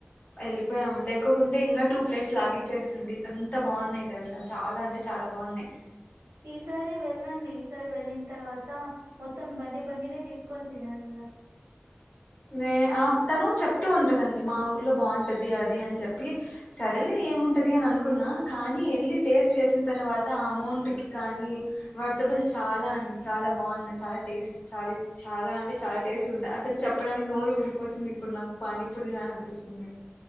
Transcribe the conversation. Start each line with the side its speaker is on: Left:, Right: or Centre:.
Left: ఎళ్ళిపోయాం లేకకుంటే ఇంకా టూ ప్లేట్స్ లాగిచ్చేస్తుంటి ఎంత బాగున్నాయ్ తెలుసా చాలా అంటే చాలా బావున్నాయ్
Right: ఈసారి వెళ్ళండి ఈసారి వెళ్ళిన తర్వాత మొత్తం బండి బండినే తీసుకొని తినండిగా
Left: నే ఆ తను చెప్తూ ఉంటుందండి మా ఊర్లో బావుంటది అది అని చెప్పి సరలే ఏముంటది అని అనుకున్నా కానీ ఎళ్ళి టేస్ట్ చేసిన తర్వాత అమౌంట్కి కానీ వర్తబుల్ చాలా అండి చాలా బాగుంటుంది చాలా టేస్ట్ చాల చాలా అంటే చాలా టేస్ట్గా ఉండ అసలు చెప్పడానికి నోరు ఉరిపోతుంది ఇప్పుడు నాకు పానీ పూరీ తినాలనిపిస్తుంది